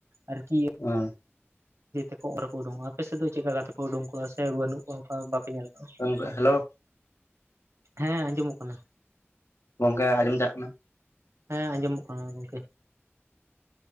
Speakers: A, on the right; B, on the left.
A: ᱟᱨᱠᱤ
B: ᱦᱮᱸ
A: ᱡᱮᱛᱮᱠᱚ ᱚᱜ ᱨᱮᱠᱚ ᱩᱰᱩᱝᱚᱜ ᱟᱯᱮᱥᱮᱫ ᱫᱚ ᱪᱮᱫ ᱞᱮᱠᱟ ᱠᱟᱛᱮ ᱯᱮ ᱩᱰᱩᱝᱚᱜᱼᱟ ᱥᱮ ᱵᱟᱹᱱᱩᱜ ᱠᱚᱣᱟ ᱚᱱᱠᱟ ᱵᱟᱯᱮ ᱧᱮᱞ ᱠᱚᱣᱟ
B: ᱦᱮᱞᱳ ᱦᱮᱞᱳ
A: ᱦᱮᱸ ᱟᱸᱡᱚᱢᱚᱜ ᱠᱟᱱᱟ
B: ᱜᱚᱝᱠᱮ ᱟᱸᱡᱚᱢ ᱪᱟᱜ ᱠᱟᱱᱟ?
A: ᱦᱮᱸ ᱟᱸᱡᱚᱢᱚᱜ ᱠᱟᱱᱟ ᱜᱚᱝᱠᱮ